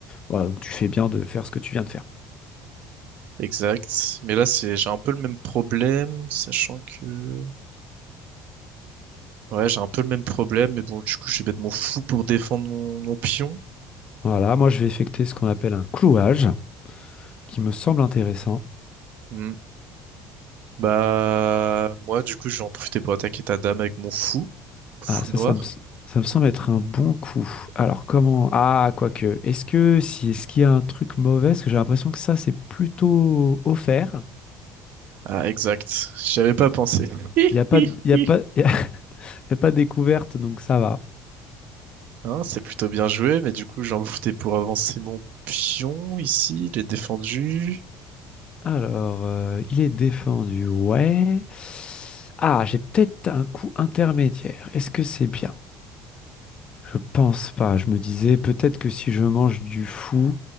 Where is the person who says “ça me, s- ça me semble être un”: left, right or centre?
Left